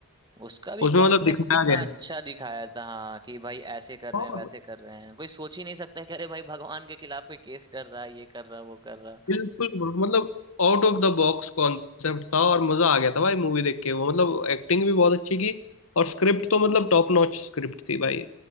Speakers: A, on the right; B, on the left.
A: उसका भी
B: उसमें
A: कॉन्सेप्ट
B: मतलब दिखाया
A: कितना
B: गया
A: अच्छा
B: है
A: दिखाया था हाँ कि भाई ऐसे कर
B: हाँ,
A: रहे हैं वैसे कर रहे हैं कोई सोच ही नहीं सकता है कि अरे भाई भगवान के खिलाफ कोई केस कर रहा है ये कर रहा है वो कर रहा है।
B: बिल्कुल bro, मतलब out of the box concept था और मजा आ गया था भाई मूवी देख के वो मतलब एक्टिंग भी बहुत अच्छी की और स्क्रिप्ट तो मतलब टॉप नॉच स्क्रिप्ट थी भाई